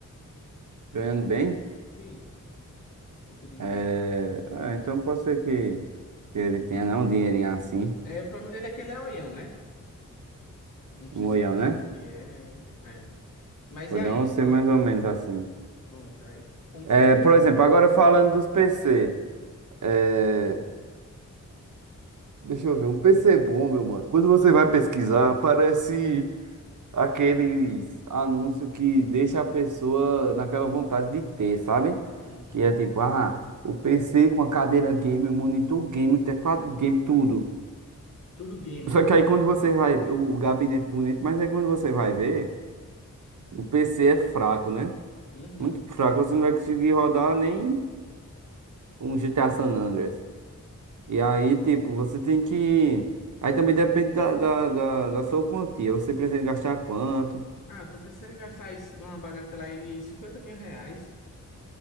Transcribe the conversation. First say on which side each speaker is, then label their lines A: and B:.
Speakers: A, on the right; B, on the left.
A: ganhando bem?
B: Sim, e pude emprestar.
A: É, é, então pode ser que, que ele tenha, não, um dinheirinho assim,
B: É, o problema dele é que ele é oião, né? Não sei
A: um olhão,
B: se tu sabe
A: né?
B: o que é, aí. É. Mas
A: Olhão
B: e aí?
A: ou ser
B: Qual...
A: mais ou menos assim.
B: Pronto, aí. Como
A: É,
B: seria?
A: por exemplo, agora falando dos PC. É, deixa eu ver, um PC bom, meu mano. Quando você vai pesquisar, aparece aqueles anúncios que deixa a pessoa naquela vontade de ter, sabe?
B: Uhum.
A: Que é tipo, ah, o PC com a cadeira game, o monitor game, o teclado game, tudo.
B: Tudo gamer.
A: Só que aí quando você vai, o o gabinete bonito, mas aí quando você vai ver, o PC é fraco, né?
B: Uhum.
A: Muito fraco, você não vai conseguir rodar nem um GTA San Andreas. E aí, tipo, você tem que. Aí também depende da, da, da, da sua quantia. Você precisa gastar quanto?
B: Ah, tô pensando em gastar esse- uma bagatela aí de 50 mil reais.